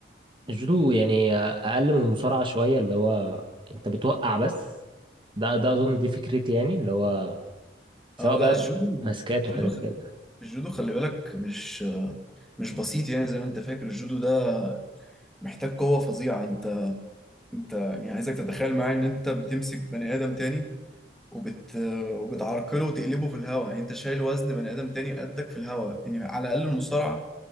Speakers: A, on the right (about 30°); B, in the centre.
A: الجودو يعني آه، اقل من المصارعه شويه اللي هو انت بتوقع بس ده ده اظن دي فكرتي يعني اللي هو سواء
B: اه لا
A: بقى
B: الجودو
A: ماسكات
B: الجودو
A: وحاجات
B: خ-
A: كده
B: الجودو خلي بالك مش مش بسيط يعني زي ما انت فاكر الجودو ده محتاج قوه فظيعه انت يعني عايزك تتخيل معايا ان انت بتمسك بني ادم تاني وبت وبتعرقله وتقلبه في الهواء يعني انت شايل وزن بني ادم تاني قدك في الهواء يعني على الاقل المصارعه